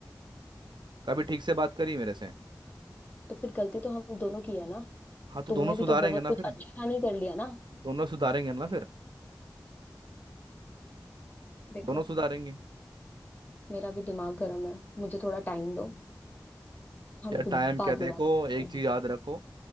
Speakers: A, on the right (about 80°); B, on the left (about 20°).
A: कभी ठीक से बात करी मेरे से
B: तो फिर गलती तो हम दोनों की है ना
A: हाँ तो
B: तुमने
A: दोनों सुधारेंगे
B: भी तो बहुत
A: ना
B: कुछ
A: फिर
B: अच्छा नहीं कर लिया ना
A: दोनों सुधारेंगे ना फिर
B: देखो
A: दोनों सुधारेंगे
B: मेरा भी दिमाग गर्म है मुझे थोड़ा टाइम दो हम
A: यार टाइम
B: बाद
A: क्या देखो
B: में बात करते
A: एक चीज
B: हैं
A: याद रखो